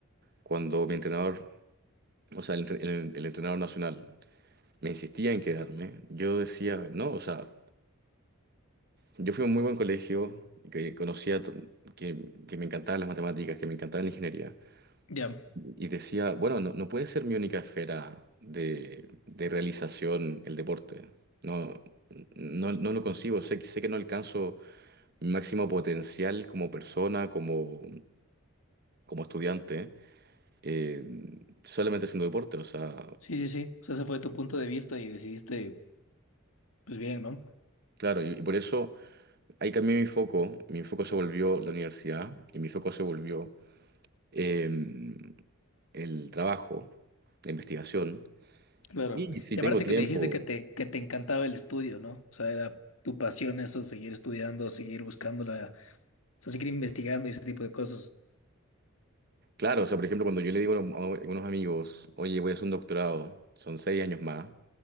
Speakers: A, on the right; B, on the left.
A: cuando mi entrenador, o sea, el, entre- el- el entrenador nacional, me insistía en quedarme, yo decía, no, o sea, yo fui a un muy buen colegio, que conocía, to- que, que me encantaban las matemáticas, que me encantaba la ingeniería.
B: ya.
A: Y decía, bueno, no, no puede ser mi única esfera de, de realización el deporte. No, no, no lo concibo. Sé, que- sé que no alcanzo mi máximo potencial como persona, como, como estudiante, eh, solamente haciendo deporte. O sea,
B: Sí, sí, sí. O sea, ese fue tu punto de vista y decidiste, pues bien, ¿no?
A: claro, y, y por eso ahí cambié mi foco. Mi foco se volvió la universidad y mi foco se volvió em, el trabajo, la investigación.
B: Claro.
A: Y si
B: Y
A: tengo
B: aparte
A: tiempo,
B: que me dijiste que te, que te encantaba el estudio, ¿no? O sea, era tu pasión eso, seguir estudiando, seguir buscándola, o sea, seguir investigando y ese tipo de cosas.
A: Claro, o sea, por ejemplo, cuando yo le digo a a algunos amigos, oye, voy a hacer un doctorado, son seis años más,